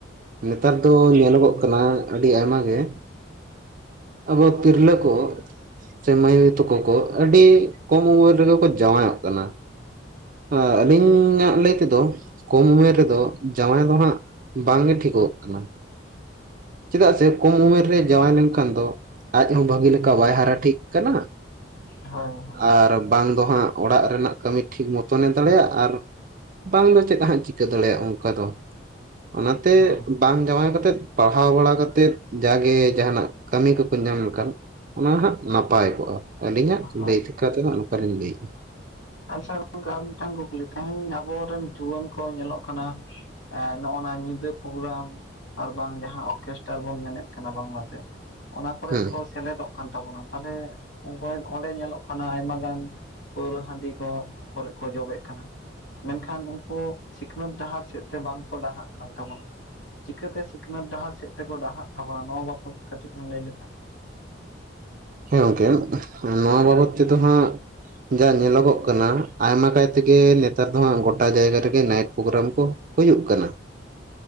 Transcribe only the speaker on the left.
ᱦᱳᱭ ᱦᱳᱭ
ᱦᱳᱭ
ᱦᱳᱭ
ᱟᱪᱪᱷᱟ ᱜᱚᱝᱠᱮ ᱟᱨ ᱢᱤᱫᱴᱟᱝ ᱠᱩᱠᱞᱤ, ᱛᱮᱦᱮᱧ ᱟᱵᱚ ᱨᱮᱱ ᱡᱩᱣᱟᱹᱱ ᱠᱚ ᱧᱮᱞᱚᱜ ᱠᱟᱱᱟ ᱮᱸ ᱱᱚᱜ-ᱱᱟ ᱧᱤᱫᱟᱹ ᱯᱨᱳᱜᱨᱟᱢ ᱟᱨ ᱵᱟᱝ ᱡᱟᱦᱟᱸ ᱚᱨᱠᱮᱥᱴᱟᱨ ᱵᱚᱱ ᱢᱮᱱᱮᱫ ᱠᱟᱱᱟ ᱵᱟᱝᱞᱟᱛᱮ, ᱚᱱᱟ ᱠᱚᱨᱮᱫ
ᱠᱚ ᱥᱮᱞᱮᱫᱚᱜ ᱠᱟᱱ ᱛᱟᱵᱚᱱᱟ ᱛᱟᱦᱚᱞᱮ ᱠᱚᱭᱮᱠ ᱚᱸᱰᱮ ᱧᱮᱞᱚᱜ ᱠᱟᱱᱟ ᱟᱭᱢᱟ ᱜᱟᱱ, ᱯᱟᱹᱣᱨᱟᱹ ᱦᱟᱺᱰᱤ ᱠᱚ ᱠᱚᱨᱮᱜ ᱠᱚ ᱡᱚᱵᱮᱜ ᱠᱟᱱᱟ᱾ ᱢᱮᱱᱠᱷᱟᱱ ᱩᱱᱠᱩ ᱥᱤᱠᱷᱱᱟᱹᱛ ᱰᱟᱦᱟᱨ ᱥᱮᱫ ᱛᱮ ᱵᱟᱝ ᱠᱚ ᱰᱟᱦᱨᱟᱜ ᱠᱟᱱ ᱛᱟᱵᱚᱱᱟ᱾ ᱪᱤᱠᱟᱹᱛᱮ ᱥᱤᱠᱷᱱᱟᱹᱛ ᱰᱟᱦᱟᱨ ᱥᱮᱫ ᱛᱮᱠᱚ ᱰᱟᱦᱟᱨᱟᱜ ᱛᱟᱵᱚᱱᱟ ᱱᱚᱣᱟ ᱵᱟᱵᱚᱫ ᱠᱟᱹᱴᱤᱡ ᱮᱢ ᱞᱟᱹᱭ ᱞᱮᱠᱷᱟᱱ?